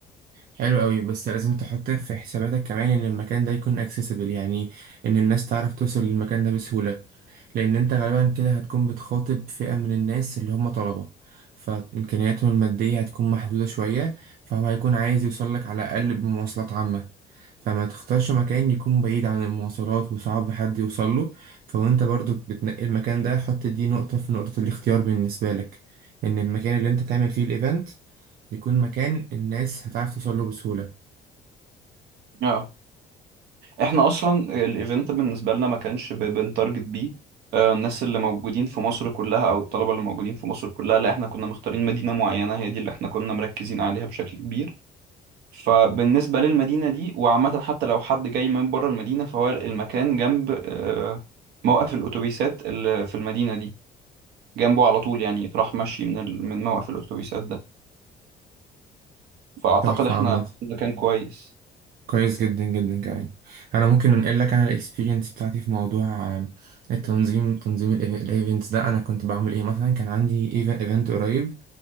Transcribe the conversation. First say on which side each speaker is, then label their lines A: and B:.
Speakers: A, on the right; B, on the right.
A: حلو أوي بس لازم تحط في حساباتك كمان إن المكان ده يكون accessible يعني إن الناس تعرف توصل للمكان ده بسهولة لأن أنت غالبا كده هتكون بتخاطب فئة من الناس اللي هم طلبة فإمكانياتهم المادية هتكون محدودة شوية فهو هيكون عايز يوصلك على الأقل بمواصلات عامة فما تختارش مكان يكون بعيد عن المواصلات وصعب حد يوصله فوانت برضو بتنقي المكان ده حط دي نقطة في نقطة الاختيار بالنسبة لك إن المكان اللي أنت تعمل فيه الإيفنت يكون مكان الناس هتعرف توصله بسهولة
B: اه احنا اصلا الايفنت بالنسبة لنا ما كانش ب- بنتارجت بيه آه، الناس اللي موجودين في مصر كلها او الطلبة اللي موجودين في مصر كلها لا احنا كنا مختارين مدينة معينة هي دي اللي احنا كنا مركزين عليها بشكل كبير فبالنسبة للمدينة دي وعامة حتى لو حد جاي من بره المدينة فهو المكان جنب آه، موقف الأتوبيسات اللي في المدينة دي جنبه على طول يعني تروح ماشي من ال... من موقف الاتوبيسات ده فاعتقد
A: تحفة
B: احنا
A: عامة
B: في مكان كويس
A: كويس جدا جدا كمان انا ممكن انقل لك انا الاكسبيرينس بتاعتي في موضوع آه، التنظيم تنظيم الايفنتس ده انا كنت بعمل ايه مثلا كان عندي ايفنت قريب